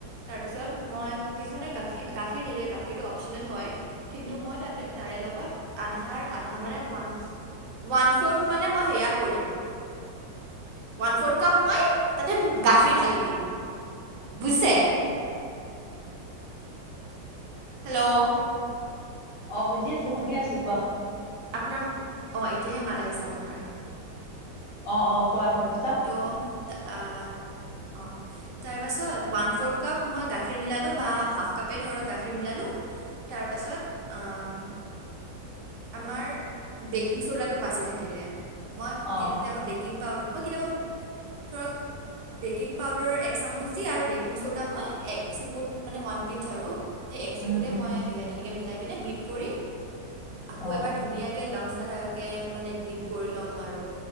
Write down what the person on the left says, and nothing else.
অ বুজি আছো শুনি আছো কোৱা
অ অ কোৱা তাৰপিছত
অ'।
উম
উম
অ